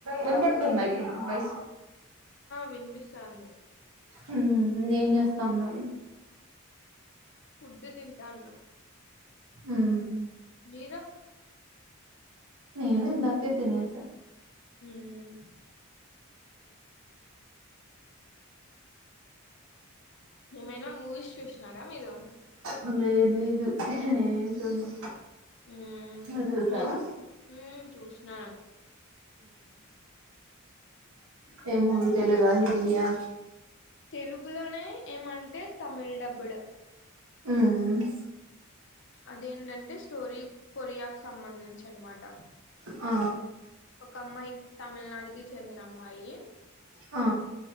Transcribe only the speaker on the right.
వినపడుతుంద ఇప్పుడు నా వయసు
హ్మ్ ఏం చేస్తా ఉన్నారు
ఉమ్
నేను ఇందాకే తనేసా
ఒళ్ళలే ఇర్లి ఇదు నేనం చుడాను
మీరు చూసారా
ఏ మూవీ తెలుగ హిందీయా
మ్మ్
అ
అ